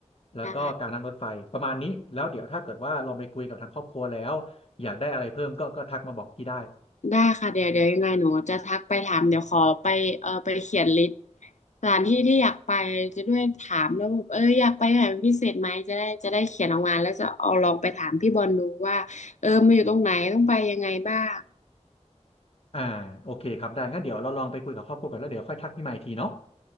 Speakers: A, on the left; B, on the left.
A: แล้วก็การนั่งรถไฟประมาณนี้แล้วเดี๋ยวถ้าเกิดว่าลองไปคุยกับทางครอบครัวแล้วอยากได้อะไรเพิ่มก็ก็ทักมาบอกพี่ได้
B: ได้ได้ค่ะเดี๋ยวเดี๋ยวยังไงหนูจะทักไปถามเดี๋ยวขอไปเออไปเขียนลิสต์สถานที่ที่อยากไปจะด้วยถามแล้วแบบเอออยากไปไหนเป็นพิเศษไหมจะได้จะได้เขียนออกมาแล้วจะเอาลองไปถามพี่บอลดูว่าเออมันอยู่ตรงไหนต้องไปยังไงบ้าง
A: อ่าโอเคครับได้งั้นเดี๋ยวเราลองไปคุยกับครอบครัวกันแล้วเดี๋ยวค่อยทักพี่ใหม่อีกทีเนาะ